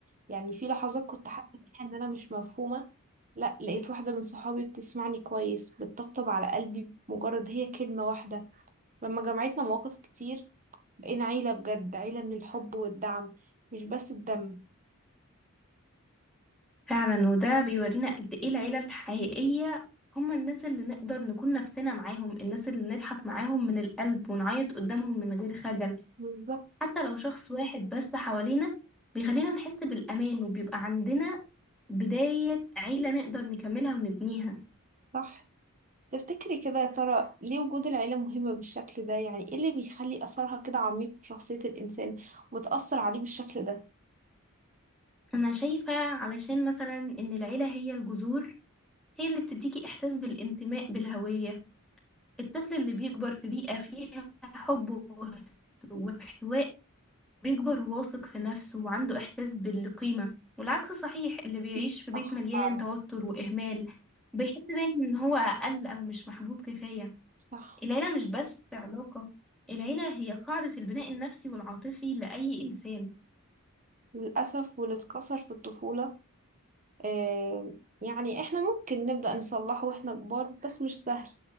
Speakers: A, on the right (about 35°); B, in the centre.
A: يعني في لحظات كنت حاسة فيها إن أنا مش مفهومة لا لقيت واحدة من صحابي بتسمعني كويس بتطبطب على قلبي بمجرد هي كلمة واحدة لما جمعتنا مواقف كتير بقينا عيلة بجد عيلة من الحب والدعم مش بس الدم
B: فعلا وده بيورينا قد ايه العيلة الحقيقية هما الناس اللي نقدر نكون نفسنا معاهم الناس اللي نضحك معاهم من القلب ونعيط قدامهم من غير خجل
A: بالظبط
B: حتى لو شخص واحد بس حوالينا بيخلينا نحس بالأمان وبيبقى عندنا بداية عيلة نقدر نكملها ونبنيها
A: صح بس تفتكري كده يا ترى ليه وجود العيلة مهمة بالشكل ده يعني ايه اللي بيخلي أثرها كده عميق في شخصية الإنسان وتأثر عليه بالشكل ده؟
B: أنا شايفة علشان مثلا إن العيلة هي الجذور هي اللي بتديكي إحساس بالانتماء بالهوية الطفل اللي بيكبر في بيئة فيها حب واحتواء بيكبر واثق في نفسه وعنده إحساس بالقيمة والعكس صحيح اللي بيعيش
A: إيه
B: في بيت
A: صح
B: مليان
A: فعلا
B: توتر وإهمال بيحس دايما إن هو أقل أو مش محبوب كفاية
A: صح
B: العيلة مش بس علاقة العيلة هي قاعدة البناء النفسي والعاطفي لأي إنسان
A: للأسف واللي اتكسر في الطفولة آه يعني احنا ممكن نبدأ نصلحه واحنا كبار بس مش سهل